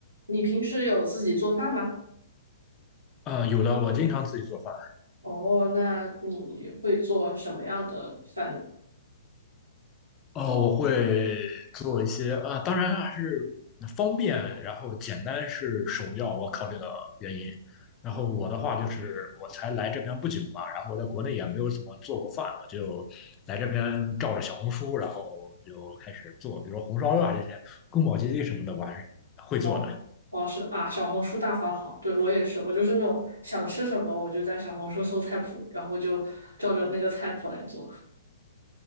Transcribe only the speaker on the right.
你平时有自己做饭吗？
哦，那你会做什么样的饭呢？
哦，哦，是啊，小红书大法好，对，我也是，我就是那种想吃什么，我就在小红书搜菜谱，然后就照着那个菜谱来做。